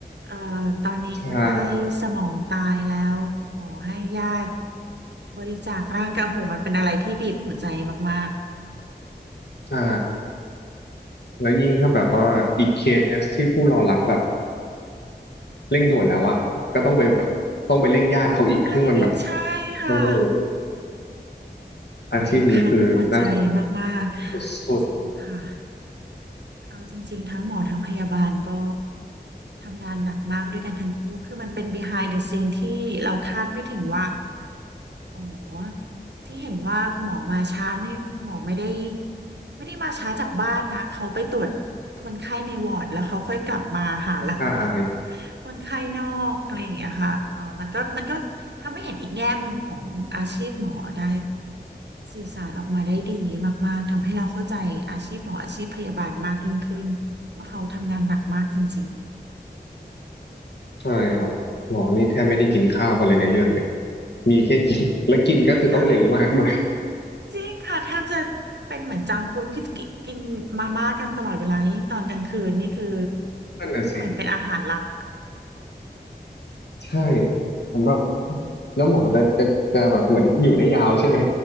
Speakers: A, on the right; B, on the left.
A: เอ่อตอนนี้คนไข้สมองตายแล้วขอให้ญาติ
B: ใช่
A: บริจาคร่างกายโอ้โหมันเป็นอะไรที่บีบหัวใจมาก
B: ใช่แล้วยิ่งถ้าแบบว่าอีกเคสที่ผู้รอรับแบบเร่งด่วนแล้วอะก็ต้องไปแบบต้องไปเร่งญาติเขาอีกซึ่งมันแบบ
A: ๆต้องเร่งอีกใช่ค่ะ
B: โอ้โหอาชีพนี้คือน่าสน
A: บีบคั้นหัวใจมากๆค่ะจริงค่ะ
B: สุด
A: เอาจริงๆทั้งหมอทั้งพยาบาลก็ทำงานหนักมากด้วยกันทั้งคู่คือมันเป็น behind the scene ที่เราคาดไม่ถึงว่า อ๋อที่เห็นว่าคุณหมอมาช้าเนี่ยคุณหมอไม่ได้ไม่ได้มาช้าจากบ้านนะเขาไปตรวจคนไข้ในวอร์ดแล้วเขาค่อยกลับมาหาเรา
B: ๆใช่
A: <laughs> คนไข้นอกอะไรอย่างเงี้ยค่ะเออมันก็มันก็ทำให้เห็นอีกแง่มุมของอาชีพหมอได้สื่อสารออกมาได้ดีมากๆทำให้เราเข้าใจอาชีพหมออาชีพพยาบาลมากยิ่งขึ้นว่าเขาทำงานหนักมากจริง
B: ใช่ครับหมอนี่แทบไม่ได้กินข้าวกันเลยในเรื่องเนี่ยมีแค่กิน <laughs> แล้วกินก็คือต้องเร็วมากด้วย
A: ๆค่ะ จริงค่ะแทบจะเป็นเหมือนจังก์ฟู้ดคือกินกินมาม่ากันตลอดเวลายิ่งตอนกลางคืนนี่คือ
B: นั่นน่ะสิ
A: เป็นอาหารหลัก
B: ใช่ผมแบบแล้วหมอจะจะจะแบบเหมือนอยู่ได้ยาวใช่ไหม